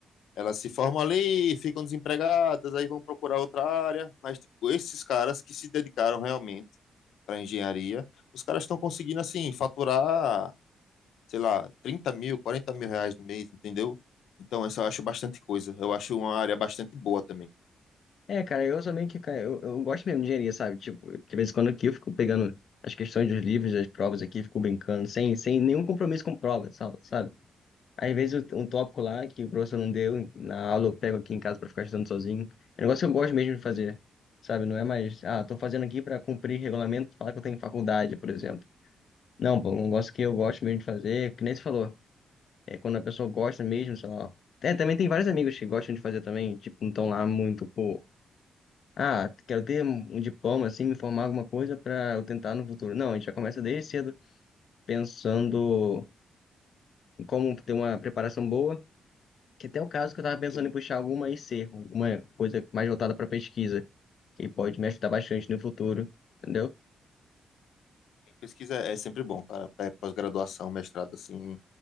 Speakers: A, on the left (about 80°); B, on the left (about 65°).
A: elas se formam ali, ficam desempregadas, aí vão procurar outra área. Mas, tipo, esses caras que se dedicaram realmente para engenharia, os caras estão conseguindo, assim, faturar sei lá, trinta mil, quarenta mil reais no mês, entendeu? Então, essa eu acho bastante coisa. Eu acho uma área bastante boa também.
B: É, cara, eu sou meio que. cara, Eu, eu gosto mesmo de engenharia, sabe? Tipo, de vez em quando aqui eu fico pegando as questões dos livros, das provas aqui, fico brincando, sem, sem nenhum compromisso com prova, sabe? sabe? Às vezes um tópico lá que o professor não deu na aula, eu pego aqui em casa pra ficar estudando sozinho. É um negócio que eu gosto mesmo de fazer, sabe? Não é mais, ah, tô fazendo aqui pra cumprir regulamento, falar que eu tenho faculdade, por exemplo. Não, pô, é um negócio que eu gosto mesmo de fazer, que nem você falou. É quando a pessoa gosta mesmo, sei lá. É, também tem vários amigos que gostam de fazer também, tipo, não estão lá muito por. Ah, quero ter um um diploma, assim, me formar alguma coisa para eu tentar no futuro. Não, a gente já começa desde cedo pensando em como ter uma preparação boa, que até é o caso que eu estava pensando
A: Tem-
B: em puxar alguma IC, alguma coisa mais voltada para pesquisa, que pode me ajudar bastante no futuro, entendeu?
A: tem Pesquisa é sempre bom, cara. É pós-graduação, mestrado, assim,